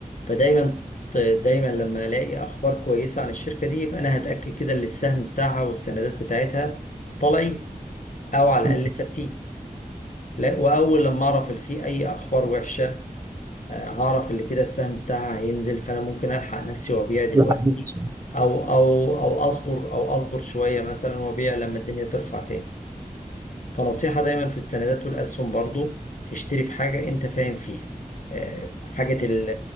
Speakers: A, on the left; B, on the right.
A: فدايما دايما لما ألاقي أخبار كويسة عن الشركة دي يبقى أنا هتأكد كده إن السهم بتاعها والسندات بتاعتها طالعين أو على
B: مم.
A: الأقل ثابتين لا وأول لما أعرف إن في أي أخبار وحشة آه، هعرف اللي كده السهم بتاعها هينزل فانا ممكن الحق نفسي وابيع مم. دلوقتي
B: ده حقيقي.
A: او او او اصبر او اصبر شويه مثلا وابيع لما الدنيا ترفع تاني فنصيحه دايما في السندات والاسهم برضو تشتري في حاجه انت فاهم فيها آه، حاجه ال-